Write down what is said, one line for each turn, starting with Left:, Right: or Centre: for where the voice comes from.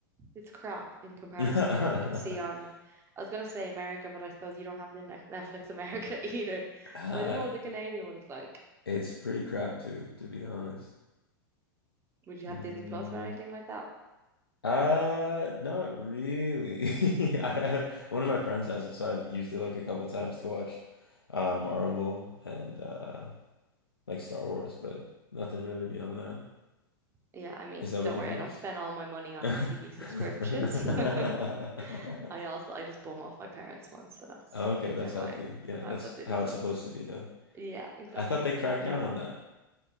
Right: it's crap in comparison
Left: <laughs>
Right: to what you can see on. I was gonna say America, but I suppose you don't have the Ne- Netflix America <laughs> either.
Left: Ah,
Right: So I don't know
Left: yeah.
Right: what the Canadian one is like.
Left: It's pretty crap too, to be honest.
Right: Would you
Left: Mm.
Right: have Disney Plus or anything like that?
Left: Uh, not really. <laughs> I have, one of my friends has it, so I've used it like a couple times to watch uh Marvel and uh like Star Wars, but nothing really beyond that.
Right: Yeah, I mean,
Left: Is that
Right: don't
Left: what you
Right: worry,
Left: use?
Right: I don't spend all my money on
Left: <laughs>
Right: TV subscriptions. <laughs> I also I just bum off my parents once, so that's
Left: Okay,
Right: that's
Left: that's
Right: how
Left: healthy.
Right: I
Left: Yeah,
Right: sometimes
Left: that's
Right: have Disney
Left: how
Right: Plus.
Left: it's supposed to be done.
Right: Yeah, exactly.
Left: I thought they cracked
Right: Even
Left: down
Right: though
Left: on that.